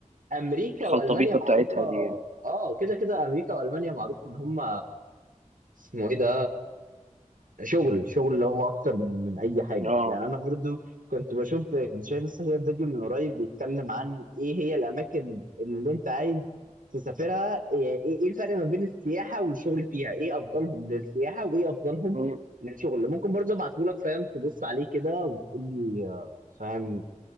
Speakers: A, on the right; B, on the right.
A: امريكا
B: والخلطبيطه
A: والمانيا معروفه
B: بتاعتها دي يعني
A: اه كده كده امريكا والمانيا معروف ان هم اسمه ايه ده شغل شغل اللي هو اكتر من من اي حاجه
B: اه
A: يعني انا برضو كنت بشوف كنت شايف لسه شايف فيديو من قريب بيتكلم عن ايه هي الاماكن اللي انت عايز تسافرها يعني ايه ايه الفرق ما بين السياحه والشغل فيها ايه افضلهم للسياحه وايه افضلهم
B: مم.
A: للشغل ممكن برضو ابعته لك فاهم تبص عليه كده وتقول لي آه، فاهم